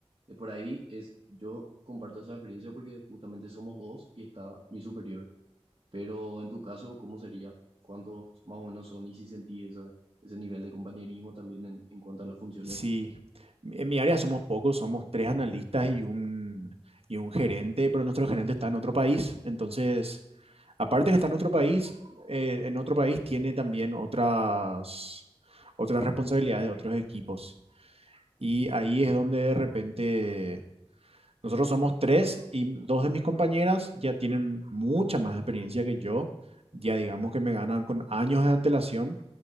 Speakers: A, on the right (about 50°); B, on the right (about 65°).
A: De por ahí es, yo comparto esa experiencia porque justamente somos dos y está mi superior. Pero en tu caso, ¿cómo sería? ¿Cuántos más o menos son y si sentís esa- ese nivel de compañerismo también en, en cuanto a las funciones?
B: Sí, en mi área somos pocos, somos tres analistas y un, y un gerente, pero nuestro gerente está en otro país. Entonces, aparte que está en otro país, eh, en otro país tiene también otras, otras responsabilidades de otros equipos. Y ahí es donde de repente nosotros somos tres y dos de mis compañeras ya tienen mucha más experiencia que yo. Ya digamos que me ganan con años de antelación